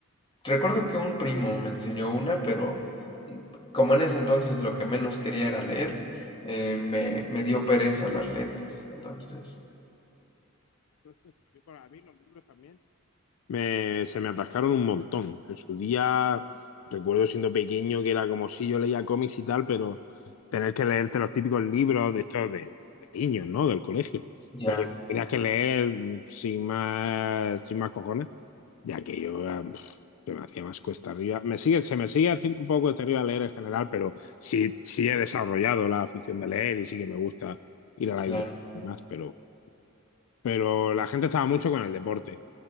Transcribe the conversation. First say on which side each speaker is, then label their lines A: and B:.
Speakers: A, on the left (about 25°); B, on the left (about 80°).
A: Recuerdo que un primo me enseñó una, pero como en ese entonces lo que menos quería era leer, eh, me, me dio pereza las letras. Entonces,
B: A mí, Para mí los libros también. Me, se me atascaron un montón. En su día, recuerdo siendo pequeño que era como si yo leía cómics y tal, pero tener que leerte los típicos libros de estos de, de niños, ¿no? Del colegio.
A: ya,
B: Pero tenías que leer sin más, sin más cojones, ya que yo ah, pf, se me hacía más cuesta arriba. Me sigue, se me sigue haciendo un poco cuesta arriba leer en general, pero sí, sí he desarrollado la afición de leer y sí que me gusta ir a la
A: claro.
B: biblioteca y demás, pero, pero la gente estaba mucho con el deporte